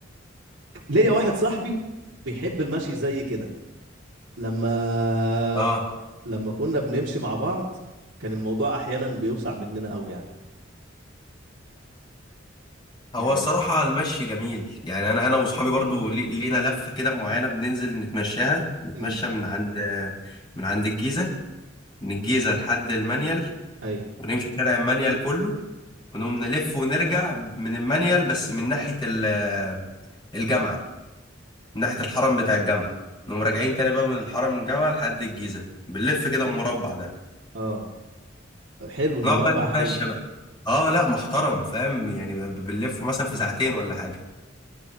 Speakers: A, on the right; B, on the left.
A: ليا واحد صاحبي بيحب المشي زي كده لما
B: اه
A: لما كنا بنمشي مع بعض كان الموضوع احيانا بيوسع مننا قوي يعني
B: هو
A: يعني
B: الصراحة المشي جميل يعني انا انا واصحابي برضه لي- لينا لفة كده معينة بننزل نتمشاها نتمشى
A: امم
B: من عند من عند الجيزة من الجيزة لحد المنيل
A: اي
B: ونمشي شارع المنيل كله ونقوم نلف ونرجع من المانيال بس من ناحية ال- الجامعة من ناحية الحرم بتاع الجامعة نقوم راجعين تاني بقى من الحرم الجامعة لحد الجيزة بنلف كده المربع ده
A: اه حلو مربع
B: نقعد بقى نتمشى
A: حلو
B: بقى اه لا محترم فاهم يعني ب- بنلف مثلا في ساعتين ولا حاجة